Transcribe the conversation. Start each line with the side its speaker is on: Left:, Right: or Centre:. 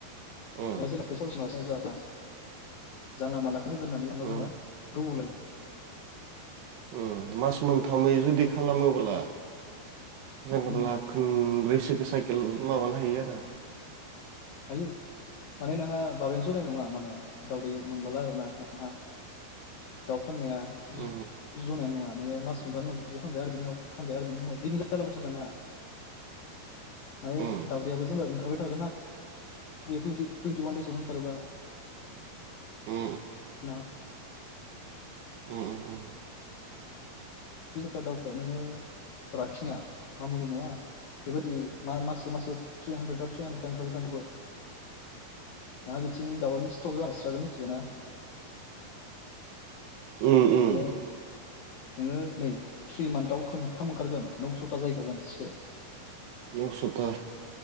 Right: ओ
Left: दा जोंनो फैसा लस <unintelligible> <unintelligible> जानला मानलाखौ होगोन होननानै सानना
Right: ओ
Left: जोङो गोबाव लायो
Right: ओम मास मोनथामै जुदि खालामोब्ला जेनेब्ला
Left: उम
Right: खनब्रैसोखौ साइकेल माबानो हायो आरो
Left: हायो माने नोंहा बाबायानो जनाय नङा माने दावदै मोनबोला आरो ना नोंहा दाउ फाननाया ज
Right: उ
Left: जनायानो नङा नोङो मास मोनथामनि उनाव खेबसे फानबाय आरो बिनि उाव फानबाय आरो बिनि उनाल बिदि जालाबाय थागोन नोंहा माने
Right: उ
Left: दावदैआबो जेनबा ओंखारबाय थागोना टुइन्टि टुइन्टि अवान देसावनो ओंखारोबा
Right: उ
Left: <unintelligible>
Right: ओम ओम ओम
Left: थिनस'ता दाउखौ नोङो राखिनाया मामुलि नङा बेबायदि मा मासे मासे थ्रि हान्द्रेद ता थ्रि हान्द्रेद ता ओंखारबाय थानांगौ नोंहा बिथिं दाउ आनो स्टक जास्रागोन मिथिबायना
Right: उम उम
Left: माने नोङो नै थ्रि मान्थाव खोनथाम ओंखारगोन नौस'था जाहैखागोन सिखो
Right: नौस' ता